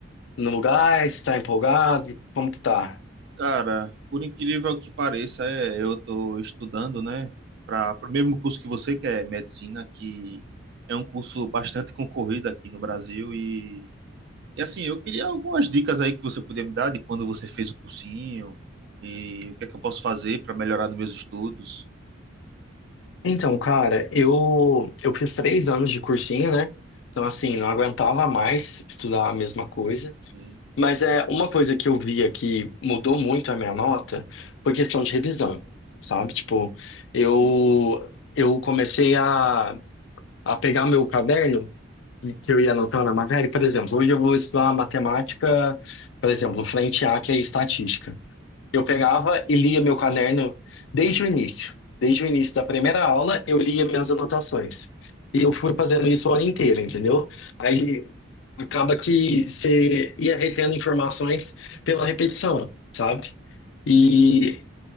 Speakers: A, on the left; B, on the right.
A: no lugar? Está empolgado? Como que tá?
B: cara, por incrível que pareça, é, eu tô estudando, né, para o mesmo curso que você, que é medicina, que é um curso bastante concorrido aqui no Brasil e, e assim, eu queria algumas dicas aí que você podia me dar de quando você fez o cursinho e o que é que eu posso fazer para melhorar nos meus estudos.
A: Então, cara, eu eu fiz três anos de cursinho, né? Então, assim, não aguentava mais estudar a mesma coisa.
B: Sim,
A: Mas é uma coisa que eu via que mudou muito a minha nota foi questão de revisão, sabe? Tipo, eu
B: sim, sim,
A: eu comecei a, a pegar meu caderno que que eu ia anotando a matéria. Por exemplo, hoje eu vou estudar matemática, por exemplo, frente A, que é estatística. Eu pegava e lia
B: sim,
A: meu caderno desde o início. Desde o início da primeira aula, eu lia minhas anotações. E eu fui fazendo isso o ano inteiro, entendeu? Aí acaba que você ia retendo informações pela repetição, sabe? E
B: sim, sim,